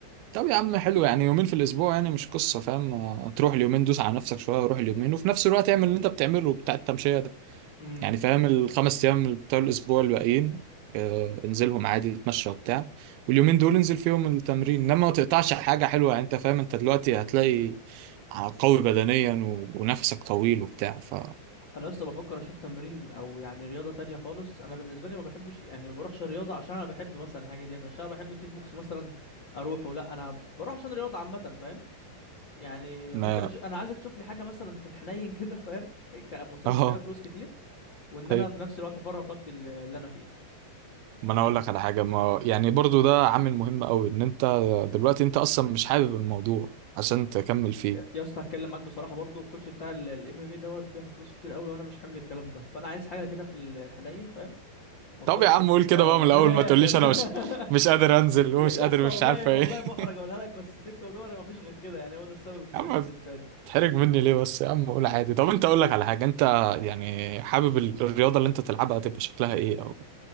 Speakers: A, on the right; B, on the left.
A: طب يا عم حلو يعني يومين في الاسبوع يعني مش قصه فاهم آه، تروح اليومين دوس على نفسك شويه روح اليومين وفي نفس الوقت اعمل اللي انت بتعمله بتاع التمشيه ده
B: امم.
A: يعني فاهم الخمس ايام بتوع الاسبوع الباقيين آه، انزلهم عادي اتمشى وبتاع واليومين دول انزل فيهم التمرين انما ما تقطعش حاجه حلوه يعني انت فاهم انت دلوقتي هتلاقي قوي بدنيا و- ونفسك طويل وبتاع ف
B: انا اصلا بفكر اشوف تمرين او يعني رياضه تانية خالص انا بالنسبه لي ما بحبش يعني ما بروحش رياضه عشان انا بحب مثلا الحاجه ديت مش انا بحب كيك بوكس مثلا اروحه لا انا بروح عشان رياضه عامه فاهم يعني
A: ما
B: ممكن اشوف انا عايزك تشوف لي حاجه مثلا في الحنين <laughs> كده فاهم ك- ما اصرفش
A: اه
B: فيها فلوس كتير وان انا
A: طيب
B: في نفس الوقت افرغ طاقتي الل- اللي انا فيها
A: ما انا اقول لك على حاجه ما يعني برضو ده عامل مهم قوي ان انت دلوقتي انت اصلا مش حابب الموضوع عشان تكمل فيه
B: يا يا اسطى هتكلم معاك بصراحه برضو الكوتش بتاع الام ام اي دوت بياخد فلوس كتير قوي وانا مش حامل الكلام ده فانا عايز حاجه كده في الحنين فاهم ما
A: طب
B: اضطرش
A: يا عم قول كده
B: اه
A: بقى من الاول
B: من الاخر
A: ما تقوليش انا مش مش
B: <laughs>
A: قادر انزل ومش
B: يا يا
A: قادر
B: اسطى
A: مش
B: والله
A: عارفه ايه
B: والله محرج
A: <laughs>
B: اقولها لك بس سكه ودوري ما فيش غير كده يعني هو ده السبب الكبير
A: يا عم
B: بالنسبه لي
A: تحرج مني ليه بس يا عم قول عادي طب انت اقول لك على حاجه انت يعني حابب ال- الرياضه اللي انت تلعبها تبقى شكلها ايه او